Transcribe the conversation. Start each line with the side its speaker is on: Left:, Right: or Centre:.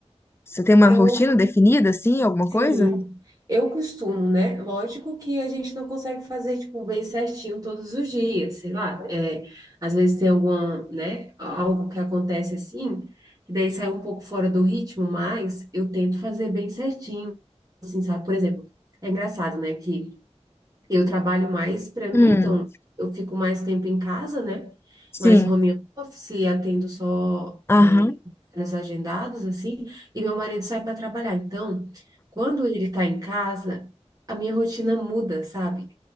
Left: você tem uma
Right: Eu,
Left: rotina definida, assim, alguma
Right: sim,
Left: coisa?
Right: eu costumo, né? Lógico que a gente não consegue fazer, tipo, bem certinho todos os dias, sei lá. É, às vezes tem alguma, né? Algo que acontece assim, que daí sai um pouco fora do ritmo, mas eu tento fazer bem certinho, assim, sabe? Por exemplo, é engraçado, né? Que Eu trabalho mais para mim,
Left: Hum,
Right: então eu fico mais tempo em casa, né?
Left: sim,
Right: Mais home office, e atendo só
Left: aham.
Right: é, horários agendados, assim, e meu marido sai para trabalhar. Então, quando ele está em casa, a minha rotina muda, sabe?